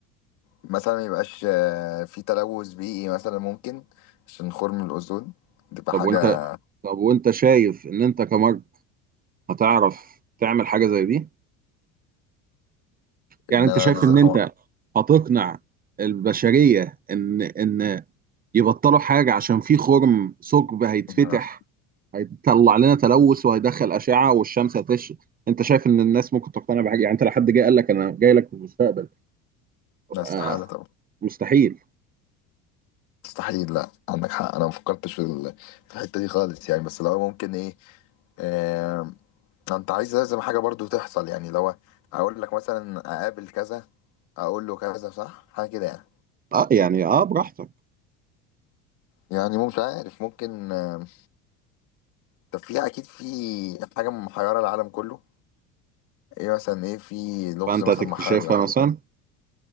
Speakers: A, on the left (about 70°); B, on the right (about 25°).
A: مثلا ميبقاش آه، في تلوث بيئي مثلا ممكن عشان خرم الاوزون تبقى
B: طب
A: حاجة
B: وانت طب وانت شايف ان انت كمرج هتعرف تعمل حاجه زي دي يعني
A: ان
B: انت
A: انا
B: شايف
A: لازم
B: ان
A: أو...
B: انت هتقنع البشريه ان ان يبطلوا حاجة عشان في خرم ثقب هيتفتح
A: <laughs>
B: هيطلع لنا تلوث وهيدخل أشعة والشمس هتشرق أنت شايف إن الناس ممكن تقتنع بحاجة يعني أنت لو حد جه قال لك أنا جاي لك في المستقبل
A: لا استحالة
B: آه
A: طبعا
B: مستحيل
A: مستحيل لا عندك حق انا ما فكرتش في ال- في الحته دي خالص يعني بس لو ممكن ايه آه انت عايز لازم حاجه برضو تحصل يعني لو اقول لك مثلا اقابل كذا اقول له كذا صح حاجه كده يعني
B: أه يعني أه براحتك
A: يعني مو- مش عارف ممكن آه طب في اكيد في حاجه محيره العالم كله ايه مثلا ايه في لغز
B: فأنت
A: مثلا
B: هتكتشفها
A: محير العالم
B: مثلا
A: كله